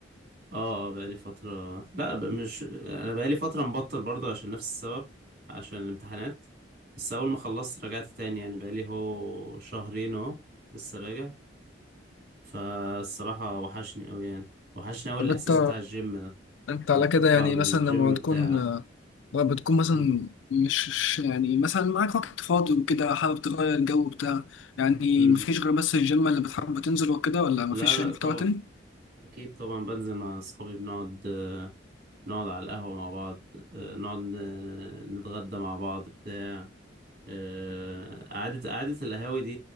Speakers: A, on the right; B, on the left.
A: اه اه بقالي فترة لا ب- مش انا بقالي فترة مبطل برضه عشان نفس السبب عشان الامتحانات بس اول ما خلصت رجعت تاني يعني بقالي هو شهرين اهو لسه راجع فالصراحة وحشني اوي يعني وحشني اوي
B: طب
A: الاحساس
B: انت
A: بتاع الجيم ده
B: انت
A: انك
B: على كده
A: تطلع
B: يعني
A: من
B: مثلا
A: الجيم
B: لما تكون
A: بتاع
B: لما بتكون مثلا
A: م-
B: مش مش- يعني مثلا معاك وقت فاضي وكده حابب تغير الجو بتاع يعني
A: م.
B: مفيش غير بس الجيم اللي بتحب تنزل وكده ولا مفيش
A: لا لا
B: يعني
A: طبعا
B: محتوى تاني؟
A: اكيد طبعا بنزل مع اصحابي بنقعد نقعد على القهوة مع بعض آه، نقعد آه، نتغدى مع بعض بتاع آه، قعدة قعدة القهاوي دي